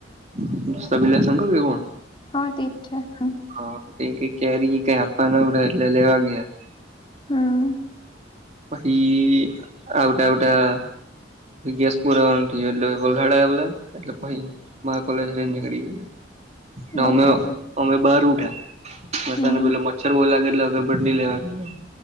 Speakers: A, on the right (about 35°); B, on the left (about 25°).
A: <unintelligible> કે કોણ
B: <unintelligible>
A: હ એ કઈ કેરી કઈ આપવા ના ઉતા એટલે લેવા ગીયા
B: હમ્મ
A: પહિ આવટા આવટા ગેસ પુરાવાનો થીયો એટલે <unintelligible> એટલે પહિ મારા કોલેજ હે નીકળી ગયો.
B: બરાબર હમ
A: <unintelligible> મચ્છર બો લાગે એટલે અગરબત્તી લેવા ગીયો.